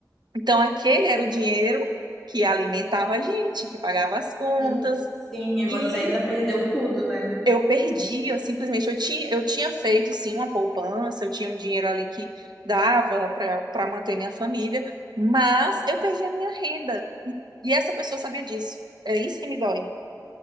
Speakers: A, on the right (about 80°); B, in the centre.
A: Então, aquele era o dinheiro que alimentava a gente, que pagava as contas.
B: E- Sim, e você
A: E
B: ainda perdeu tudo, né?
A: eu perdi, eu simplesmente eu tinha, eu tinha feito sim uma poupança, eu tinha um dinheiro ali que dava para para manter minha família, mas eu perdi a minha renda. E, e essa pessoa sabia disso. É isso que me dói.